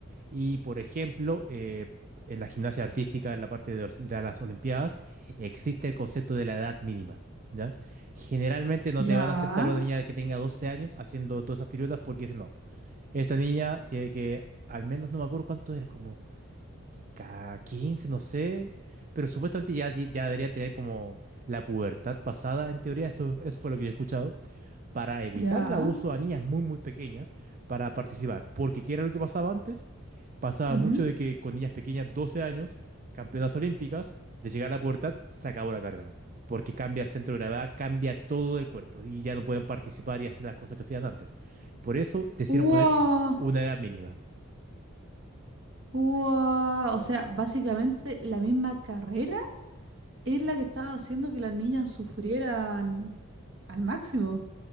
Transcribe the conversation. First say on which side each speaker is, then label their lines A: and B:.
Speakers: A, on the right; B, on the right.
A: Y, por ejemplo, eh, en la gimnasia artística, en la parte de, de las Olimpiadas, existe el concepto de la edad mínima. ¿Ya? Generalmente no te
B: Ya,
A: van a aceptar una niña que tenga 12 años haciendo todas esas piruetas porque dicen, no, esta niña tiene que, al menos no me acuerdo cuántos eran, como ca- 15 no sé, pero supuestamente ya, ya deberían tener como la pubertad pasada, en teoría, eso, eso fue lo que yo he escuchado, para evitar
B: ya.
A: el abuso a niñas muy, muy pequeñas para participar. Porque ¿qué era lo que pasaba antes? Pasaba
B: ujú.
A: mucho de que con niñas pequeñas, 12 años, campeonas olímpicas, de llegar a la pubertad, se acabó la carrera. Porque cambia el centro de gravedad, cambia todo el cuerpo y ya no pueden participar y hacer las cosas que hacían antes. Por eso decidieron
B: Wow,
A: poner una edad mínima.
B: wow. O sea, básicamente la misma carrera es la que estaba haciendo que las niñas sufrieran al máximo.